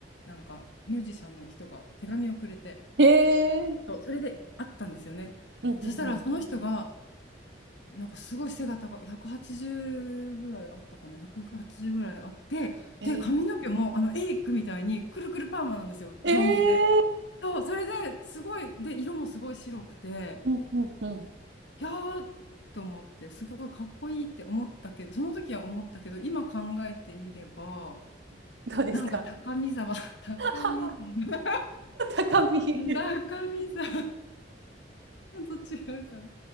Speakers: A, on the left; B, on the right.
A: なんかミュージシャンの人が手紙をくれて、
B: ええー、
A: そうそれで会ったんですよね。
B: うんうんうん
A: そしたらその人が、なんかすごい背が高い、180ぐらいあったかな、180ぐらいあって、
B: ええ
A: で、髪の毛もあのエイクみたいにくるくるパーマなんですよ、ロン毛で。
B: ー、ええー、
A: そう、それですごい、で、色もすごい白くて、
B: うんうんうん
A: いやーと思って、すごいかっこいいって思ったけど、その時は思ったけど、今考えてみれば、
B: どうですか
A: なんか高見沢、<laughs> 高見沢、
B: <laughs> 高み
A: <laughs> 高見沢と違うかな。